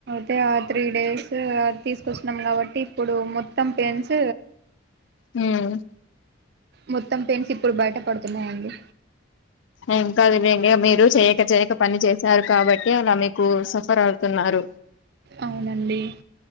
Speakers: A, on the right; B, on the left.
A: అయితే ఆ త్రీ డేస్ తీసుకొచ్చినాం కాబట్టి ఇప్పుడు మొత్తం పెయిన్స్
B: ఉమ్
A: మొత్తం పెన్స్ ఇప్పుడు బయట పడుతున్నాయండి
B: ఏం కాదు లేండి మీరు చేయక చేయక పని చేసారు కాబట్టి ఏ అన్న మీకు సఫర్ అవుతున్నారు
A: అవునండి